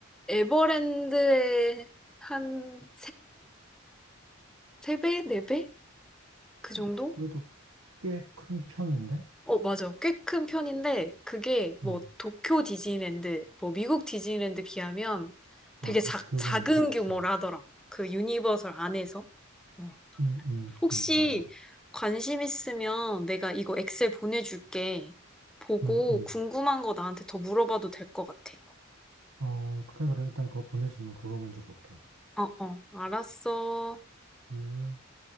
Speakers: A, in the centre; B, on the right.
A: 에버랜드의 한 세배세배네배그 정도?
B: 어, 그래도 꽤 큰 편인데?
A: 어, 맞아. 꽤 큰 편인데, 그게
B: 어,
A: 뭐 도쿄 디즈니랜드, 뭐 미국 디즈니랜드 비하면 되게
B: 아
A: 작,
B: 그치 그건
A: 작은
B: 그치.
A: 규모라더라. 그 유니버설 안에서. 어.
B: 응, 응,
A: 혹시
B: 응, 맞아.
A: 관심 있으면 내가 이거 엑셀 보내줄게. 보고
B: 응, 응.
A: 궁금한 거 나한테 더 물어봐도 될 것 같아.
B: 어, 그래 그래 일단 그거 보내주면 그거 먼저 볼게.
A: 어, 어, 알았어.
B: 음.